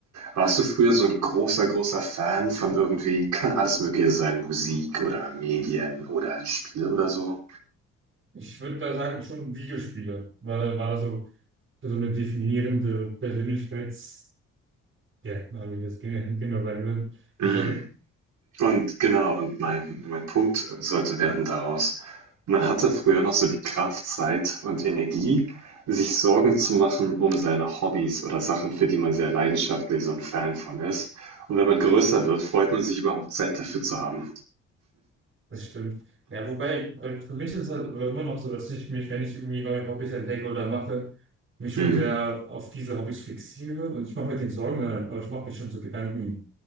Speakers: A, on the right; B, on the right.
A: warst du früher so ein großer, großer Fan von irgendwie, kann alles Mögliche sein, Musik oder Medien oder ein Spiel oder so?
B: Ich würde da sagen, schon Videospiele. War da, war da so, so eine definierende Persönlichkeits, ja, wie ich das gen- genau sagen würde.
A: Mm.
B: Wieso denn?
A: Und genau, und mein, mein Punkt äh, sollte werden daraus, man hatte früher noch so die Kraft, Zeit und Energie, sich Sorgen zu machen um seine Hobbys oder Sachen, für die man sehr leidenschaftlich so ein Fan von ist. Und wenn man größer wird, freut man sich überhaupt Zeit dafür zu haben.
B: Das stimmt. Ja, wobei, bei- für mich ist es halt immer noch so, dass ich mich, wenn ich irgendwie neue Hobbys entdecke oder mache, mich
A: Hm,
B: schon sehr auf diese Hobbys fixiere und ich mache mir den Sorgen, äh, aber ich mache mich schon so Gedanken